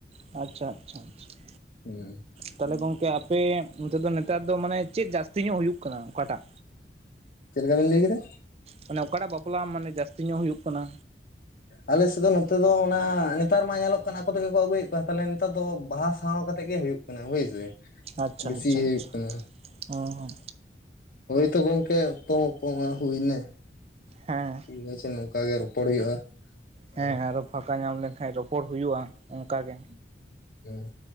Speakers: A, on the right; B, on the left.
A: ᱟᱪᱪᱷᱟ, ᱟᱪᱪᱷᱟ ᱟᱪᱪᱷᱟ
B: ᱦᱩᱸ᱾
A: ᱛᱟᱦᱚᱞᱮ ᱜᱚᱝᱠᱮ ᱟᱯᱮ ᱚᱱᱛᱮ ᱫᱚ ᱱᱮᱛᱟᱨ ᱫᱚ ᱢᱟᱱᱮ ᱪᱮᱫ ᱡᱟᱹᱥᱛᱤ ᱧᱚᱜ ᱦᱩᱭᱩᱜ ᱠᱟᱱᱟ ᱚᱠᱟᱴᱟᱜ?
B: ᱪᱮᱫ ᱞᱮᱠᱟ ᱵᱤᱱ ᱞᱟᱹᱭ ᱠᱮᱫᱟ?
A: ᱢᱟᱱᱮ ᱚᱠᱟᱴᱟᱜ ᱵᱟᱯᱞᱟ ᱢᱟᱱᱮ ᱡᱟᱹᱥᱛᱤ ᱧᱚᱜ ᱦᱩᱭᱩᱜ ᱠᱟᱱᱟ?
B: ᱟᱞᱮᱥᱮᱫ ᱫᱚ ᱱᱚᱛᱮ ᱫᱚ ᱚᱱᱟ ᱱᱮᱛᱟᱨ ᱢᱟ ᱧᱮᱞᱚᱜ ᱠᱟᱱ ᱟᱠᱚ ᱛᱮᱜᱮ ᱠᱚ ᱟᱹᱜᱩᱭᱮᱫ ᱠᱚᱣᱟ, ᱛᱟᱦᱮᱞᱮ ᱱᱮᱛᱟᱨ ᱫᱚ ᱵᱟᱦᱟ ᱥᱟᱶᱟ ᱠᱟᱛᱮᱫ ᱜᱮ ᱦᱩᱭᱩᱜ ᱠᱟᱱᱟ ᱵᱩᱡᱽ ᱥᱮ᱾
A: ᱟᱪᱪᱷᱟ
B: ᱵᱮᱥᱤ
A: ᱟᱪᱪᱷᱟ
B: ᱦᱩᱭᱩᱜ
A: ᱟᱪᱪᱷᱟ
B: ᱠᱟᱱᱟ
A: ᱚ ᱦᱩᱸ᱾
B: ᱦᱳᱭ ᱛᱚ ᱜᱚᱝᱠᱮ ᱚᱠᱛᱚ ᱠᱚᱦᱚᱸ ᱦᱩᱭ ᱱᱟ᱾
A: ᱦᱮᱸ᱾
B: ᱴᱷᱤᱠ ᱟᱪᱷᱮ, ᱱᱚᱝᱠᱟ ᱜᱮ ᱨᱚᱯᱚᱲ ᱦᱩᱭᱩᱜᱼᱟ
A: ᱦᱮᱸ
B: ᱟᱨ
A: ᱦᱮᱸ ᱟᱨᱚ ᱯᱷᱟᱠᱟ ᱧᱟᱢ ᱞᱮᱱᱠᱷᱟᱡ ᱨᱚᱯᱚᱲ ᱦᱩᱭᱩᱜᱼᱟ ᱚᱸᱠᱟ ᱜᱮ᱾
B: ᱦᱩᱸ᱾